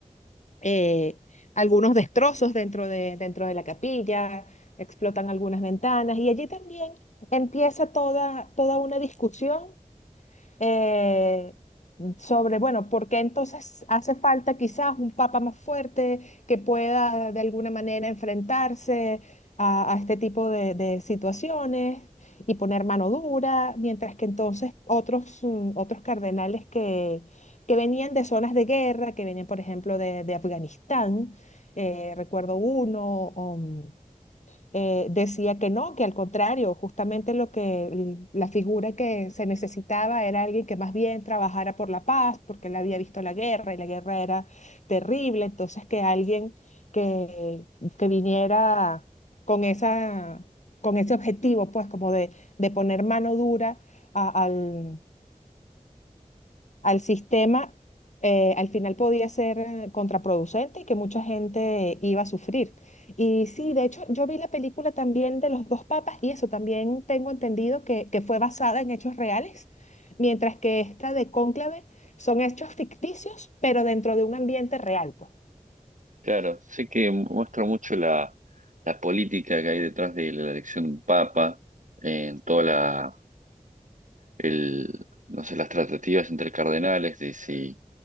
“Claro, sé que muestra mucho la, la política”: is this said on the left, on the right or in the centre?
Right